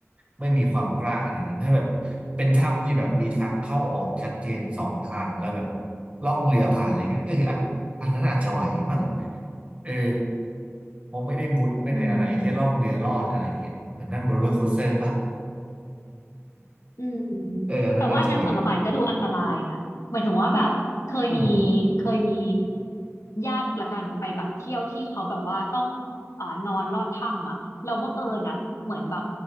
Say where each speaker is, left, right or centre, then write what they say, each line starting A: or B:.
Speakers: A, on the right; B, on the left.
A: ไม่มีความกล้าขนาดนั้นถ้าแบบเป็นถ้ำที่แบบมีทางเข้าออกชัดเจนสองทางแล้วแบบล่องเรือผ่านอะไรเงี้ยเอออันอันนั้นอาจจะไหวมั้งเออผมไม่ได้มุดไม่ได้อะไรแค่ล่องเรือลอดอะไรเงี้ยเหมือนนั่งโรลเลอร์โคสเตอร์ปะ
B: อืม อืม
A: เอออันนั้นอาจจะไหว
B: แต่ว่าอันนั้นสำหรับป่านก็ดูอันตรายนะเหมือนถึงว่าแบบเคยมี
A: อืม
B: เคยมีญาติละกันไปแบบเที่ยวที่เขาแบบว่าต้องเอ่อนอนลอดถ้ำอ่ะเราบังเอิญอ่ะเหมือนแบบ